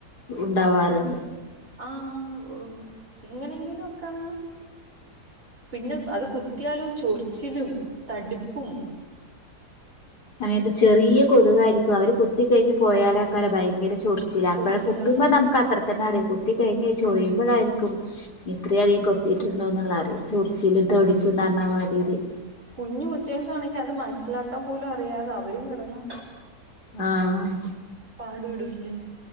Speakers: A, on the left; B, on the right.
A: ഉണ്ടാവാറുണ്ട്
B: ആഹ് ഉ ഇങ്ങനെങ്കിലുക്കങ്ങ് പിന്നെ പ് അത് കുത്തിയാലു ചൊറിച്ചിലും തടിപ്പും
A: അങ്ങന തെ ചെറിയ കൊതുകായിരിക്കു അവര് കുത്തിക്കയിഞ്ഞ് പോയാലാക്കാര ഭയങ്കര ചോറി സില
B: ചൊറിച്ചിലാ
A: അപ്പോഴ കുത്തുമ്പോ നമക്ക് അത്ര തന്നെ അറിയ കുത്തി കയിഞ്ഞ് ചൊറിയുമ്പഴായിരിക്കും ഇത്ര അധികം കൊത്തിയിട്ടുണ്ടോ എന്നുള്ള അറിയ ചെറിച്ചിലും തുടിപ്പുന്ന് റഞ്ഞ മതിരി
B: കുഞ്ഞ് കൊച്ചെക്കാണെങ്കി അത് മനസ്സിലാക്കാൻ പോലും അറിയാതെ അവരും കിടന്ന്
A: ആഹ്
B: പാടുടുല്ലേ